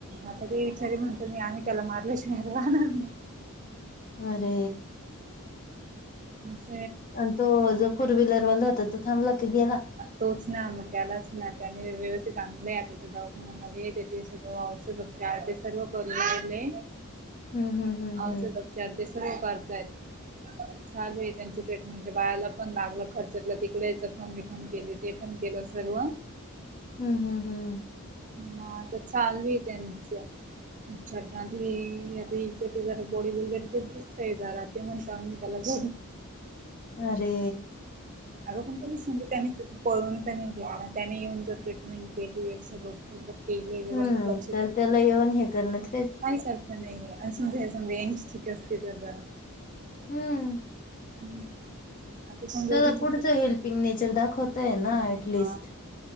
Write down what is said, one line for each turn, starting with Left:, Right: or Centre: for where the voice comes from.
Right: आता ते विचारी म्हणतो मी आम्ही त्याला मारल्याशिवार राहणार नाही.
Left: अरे
Right: हम्
Left: आणि तो जो फोर व्हीलरवाला होता तो थांबला? की गेला
Right: तोच ना मग त्यालाच ना त्याने व्यवस्थित चांगले दवाखान्यामध्ये त्यांचे सगळ औषध उपचार ते सर्व करू लागले
Left: हम्म हम्म हम्म
Right: औषध
Left: हम्म
Right: उपचार ते सगळे करतायत. चालू आहे त्यांची ट्रीटमेंट बाळाला पण लागलं खरचटलं तिकडे जखम बिकम <unintelligible> पण केले ते पण केलं सर्व
Left: हम्म हम्म हम्म
Right: हा मग चालू आहे त्यांच अच्छा आता जरा इकडचे बॉडी बिल्डर दिसतय जरा ते म्हणत मी त्याला <inaudible>
Left: अरे
Right: अगं पण त्यांनी सांग त्यानी पळून तर नाही गेली त्यानी येऊन जर ट्रीटमेंट केली केले व्यवस्थित
Left: हम्म
Right: लक्ष
Left: तर
Right: देते
Left: त्याला येऊन हे करण्यात
Right: काहीच अर्थ नाहीये समजा हे <unintelligible> समजा यांची चुकी असते जरा
Left: हम्म
Right: हम्म आता समजा
Left: चला
Right: उगीच
Left: पुढचं हेल्पिंग नेचर दाखवतय ना ऍटलिस्ट
Right: हा